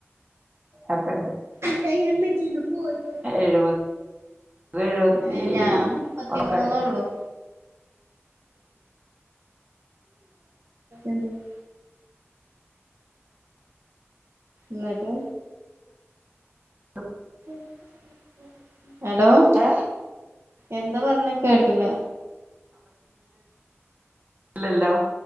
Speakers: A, on the right (about 35°); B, on the right (about 65°).
A: അക്കണ്ട് <unintelligible>
B: <unintelligible>
A: എഴുപത് അത് എഴുപത്തി
B: ഏ ഞാ മുപ്പത്തിമൂന്നൊള്ളൂ
A: ഒക്കെണ്ട്
B: എന്ത് <unintelligible> ന്നിട്ട്
A: ആ
B: <unintelligible> ഹലോ എന്ന്
A: ഏ
B: എന്താ പറഞ്ഞേ കേട്ടില്ല
A: ഇല്ലല്ലോ